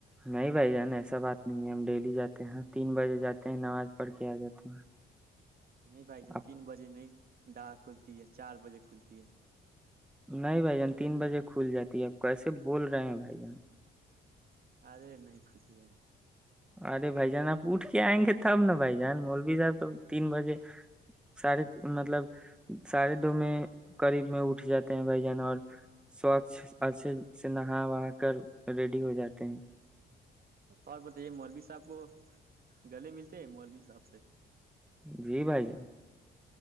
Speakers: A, in the centre; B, on the right.
A: نہیں بھائی جان ایسا بات نہیں ہے ہم ڈیلی جاتے ہیں تین بجے جاتے ہیں نماز پڑھ کے آ جاتے ہیں
B: نہیں بھائی جان
A: آپ
B: تین بجے نہیں دا کھلتی ہے چار بجے کھلتی ہے <unintelligible>
A: نہیں بھائی جان تین بجے کھل جاتی ہے آپ کیسے بول رہے ہیں بھائی جان
B: ارے نہیں کھود ہے
A: ارے بھائی جان آپ اٹھ کے آئیں گے تب نا بھائی جان مولبیزا تو تین بجے <unintelligible> سارے مطلب ساھے دو میں قریب میں اٹھ جاتے ہیں بھائی جن اور سوچھ اچھے سے نہا وا کر ریڈی ہو جاتے ہیں
B: اور بتائیے مولوی صاحب کو گلے ملتے ہیں مولوی صاب سے
A: جی بھائی جان